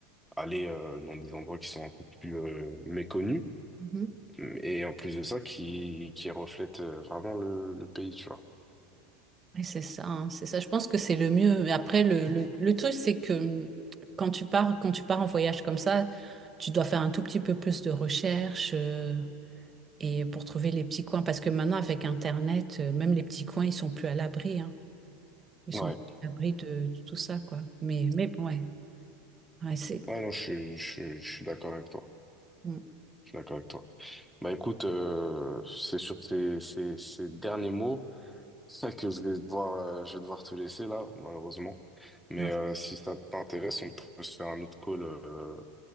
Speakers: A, in the centre; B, on the right (about 25°).
A: aller euh, dans des endroits qui sont un peu plus euh, méconnus,
B: Mhm.
A: et en plus de ça, qui, qui reflètent euh, vraiment le, le pays, tu vois.
B: Oui, c'est ça, hein, c'est ça. Je pense que c'est le mieux. Mais après, le, le, le truc, c'est que hum, quand tu pars, quand tu pars en voyage comme ça, tu dois faire un tout petit peu plus de recherche euh, et pour trouver les petits coins. Parce que maintenant, avec Internet, euh, même les petits coins, ils sont plus à l'abri, hein. Ils
A: Ouais.
B: sont plus à l'abri de, de tout ça, quoi. Mais, mais bon, ouais, Ouais, c'est,
A: Ouais, non, je, suis- je, suis- je suis d'accord avec toi.
B: hum,
A: Je suis d'accord avec toi. Bah écoute, euh, c'est sur ces, ces, ces derniers mots <laughs> que je vais devoir, euh, je vais devoir te laisser là, malheureusement. Mais
B: ouais,
A: euh, si ça t'intéresse, on peut se faire un autre call, euh,